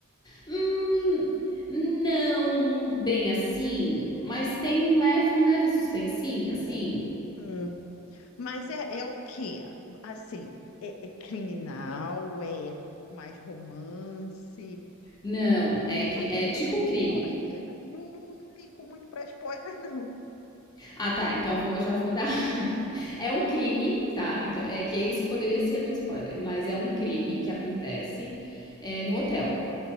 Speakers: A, on the left; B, on the left.
A: Hum, não bem assim, mas tem um leve, um leve suspensinho, assim.
B: Hum. Mas é, é o quê? Assim, é, é criminal, é mais romance.
A: Não, é, cri-
B: Pode
A: é tipo
B: dar spoiler.
A: crime.
B: Não, não, não ligo muito para spoiler, <laughs> não.
A: Ah, tá. Então vou, já vou dar. <laughs> É um crime, tá? Então é que isso poderia ser um spoiler, mas é um crime que acontece é, no hotel.